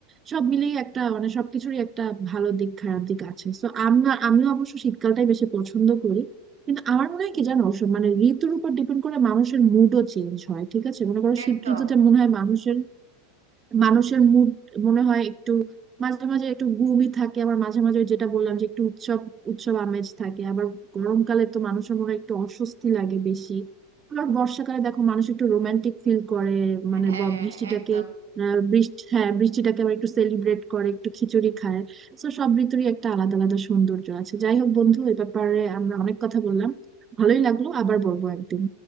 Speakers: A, on the right; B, on the right.
A: সব মিলিয়ে একটা মানে সবকিছুরই একটা ভালো দিক খারাপ দিক আছে সো আমরা আমিও অবশ্য শীতকালটাই বেশি পছন্দ করি কিন্তু আমার মনে হয় কি জানো সব মানে ঋতুর উপর ডিপেন্ড করে মানুষের মুডও চেঞ্জ হয় ঠিক আছে মনে করো শীত
B: একদম
A: ঋতুতে মনে হয় মানুষের মানুষের মুড মনে হয় একটু মাঝে মাঝে একটু গুমই থাকে আবার মাঝে মাঝে ওই যেটা বললাম যে একটু উৎসব উৎসব আমেজ থাকে আবার গরমকালে তো মানুষের মনে হয় একটু অস্বস্তি লাগে বেশি আবার বর্ষাকালে দেখো মানুষ একটু রোমান্টিক ফিল করে
B: হ্যাঁ
A: মানে ব- বৃষ্টিটাকে
B: একদম
A: আহ, বৃষ্টি হ্যাঁ বৃষ্টিটাকে আবার একটু সেলিব্রেট করে একটু খিচুড়ি
B: হুম।
A: খায় তো সব ঋতুরই একটা আলাদা আলাদা সৌন্দর্য আছে যাই হোক বন্ধু এ ব্যাপারে আমরা অনেক কথা বললাম ভালোই লাগলো আবার বলবো একদিন